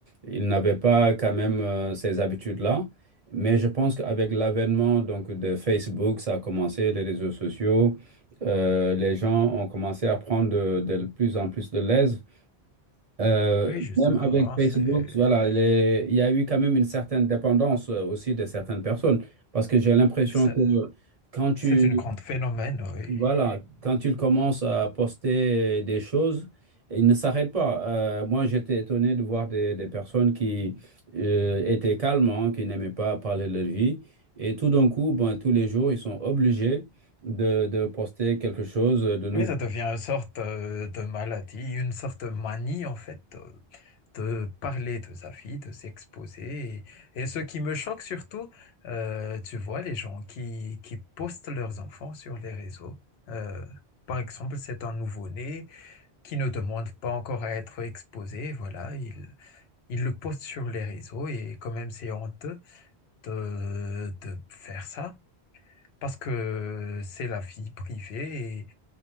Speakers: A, on the right; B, on the left.
A: ils n'avaient pas quand même euh, ces habitudes-là. Mais je pense qu'avec l'avènement donc, de Facebook, ça a commencé, les réseaux sociaux, euh, les gens ont commencé à prendre de, de plus en plus de l'aise euh,
B: Oui, justement,
A: même avec Facebook,
B: c'est,
A: voilà, les- il y a eu quand même une certaine dépendance euh, aussi de certaines personnes. Parce que j'ai l'impression
B: c'est,
A: que quand tu,
B: c'est une grande phénomène, oui.
A: voilà, quand ils commencent à poster des choses, ils ne s'arrêtent pas. Euh, moi, j'étais étonné de voir des, des personnes qui euh, étaient calmes, hein, qui n'aimaient pas parler de leur vie. Et tout d'un coup, ben, tous les jours, ils sont obligés de, de poster quelque chose de nouveau.
B: Oui, ça devient une sorte euh, de maladie, une sorte de manie en fait, euh, de parler de sa vie, de s'exposer. Et, et ce qui me choque surtout, euh, tu vois, les gens qui, qui postent leurs enfants sur les réseaux. Euh, par exemple, c'est un nouveau-né qui ne demande pas encore à être exposé. Voilà, il, il le poste sur les réseaux et quand même c'est honteux de, de faire ça parce que c'est la vie privée